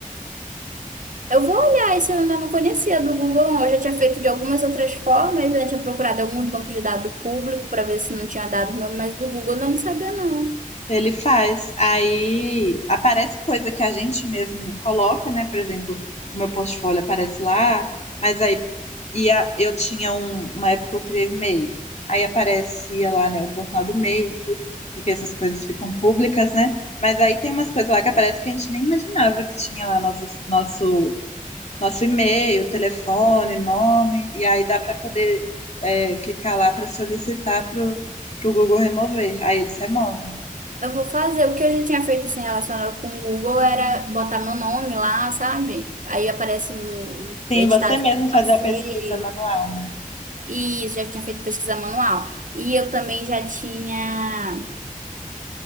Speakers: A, on the right (about 65°); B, on the left (about 50°).
A: Eu vou olhar, esse eu ainda não conhecia do Google, não. Eu já tinha feito de algumas outras formas, né? Tinha procurado alguns bancos de dados público para ver se não tinha dado meu, mas do Google eu não sabia, não.
B: Ele faz. Aí aparece coisa que a gente mesmo coloca, né? Por exemplo, o meu portfólio aparece lá, mas aí ia, eu tinha um- uma época que eu criei o MEI. Aí aparecia lá, né, o portal do MEI e tudo, porque essas coisas ficam públicas, né? Mas aí tem umas coisas lá que aparece que a gente nem imaginava que tinha lá nosso, nosso, nosso e-mail, telefone, nome, e aí dá para poder é, clicar lá para solicitar para o Google remover. Aí eles removem.
A: Eu vou fazer. O que eu já tinha feito assim relacionado com o Google era botar meu nome lá, sabe? Aí aparece os
B: Sim,
A: editados
B: você mesmo
A: que eu
B: fazer
A: passei.
B: a pesquisa manual, né?
A: E isso, já tinha feito pesquisa manual. E eu também já tinha.